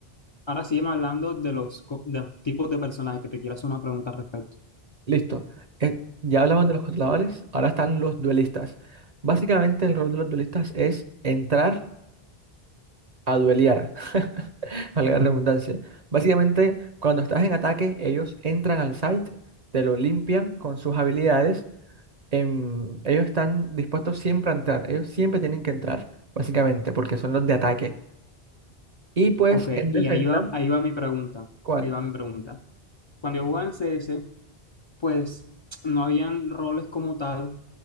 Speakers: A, on the left; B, on the right.
A: Ahora sígueme hablando de los, co- de los tipos de personajes que te quiero hacer una pregunta al respecto.
B: Listo. Eh, ya hablamos de los controladores, ahora están los duelistas. Básicamente el rol de los duelistas es entrar a duelear, <laughs> valga la redundancia. Básicamente, cuando estás en ataque, ellos entran al site, te lo limpian con sus habilidades. em, ellos están dispuestos siempre a entrar, ellos siempre tienen que entrar, básicamente, porque son los de ataque. Y pues
A: Ok,
B: en
A: y
B: defensa,
A: ahí va, ahí va mi pregunta.
B: ¿cuál?
A: Ahí va mi pregunta. Cuando yo jugaba en CS, pues no habían roles como tal,